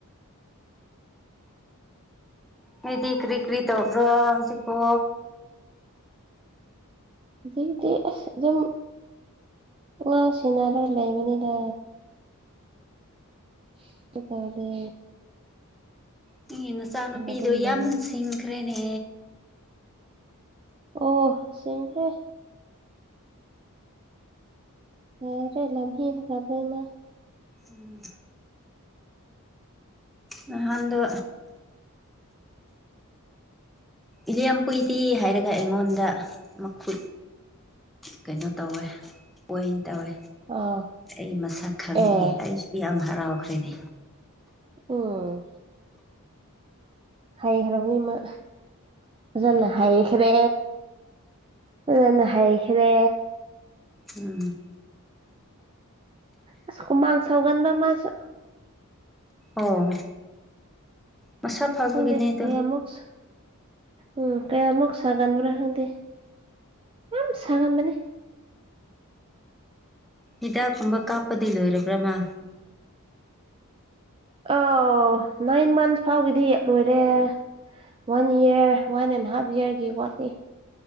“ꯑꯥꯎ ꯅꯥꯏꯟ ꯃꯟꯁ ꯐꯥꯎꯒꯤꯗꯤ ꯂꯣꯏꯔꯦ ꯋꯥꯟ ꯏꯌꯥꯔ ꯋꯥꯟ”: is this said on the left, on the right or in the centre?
Right